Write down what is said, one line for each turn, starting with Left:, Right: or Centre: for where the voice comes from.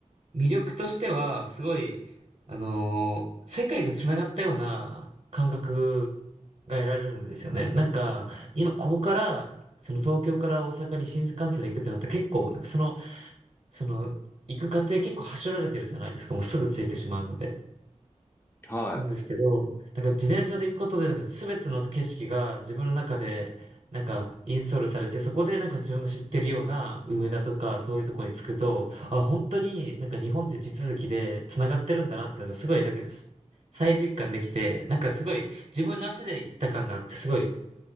Right: 魅力としては、すごい、あのー世界が繋がったような感覚が得られるんですよね。なんか、今、ここから、その東京から大阪に新幹線で行くってなったら結構、なんかその、その、行く過程結構はしょられてるじゃないですか。もうすぐ着いてしまうので。
Left: い。はい。
Right: なんですけど、なんか自転車で行くことで、なんか全ての景色が自分の中で、なんかインストールされて、そこでなんか自分が知ってるような梅田とかそういうとこに着くと、あ、本当になんか日本って地続きで繋がってるんだなってのがすごいなんかす再実感できて、なんかすごい自分の足で行った感があって、すごい